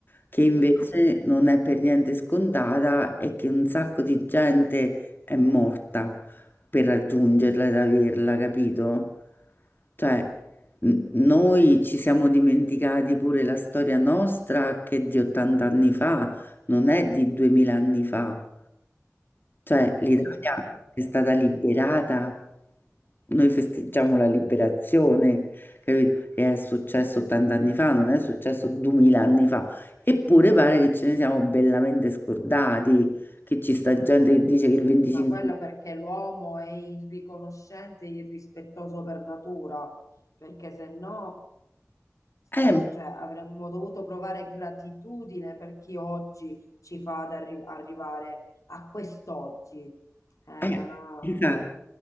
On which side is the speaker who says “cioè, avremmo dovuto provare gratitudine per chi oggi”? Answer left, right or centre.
Left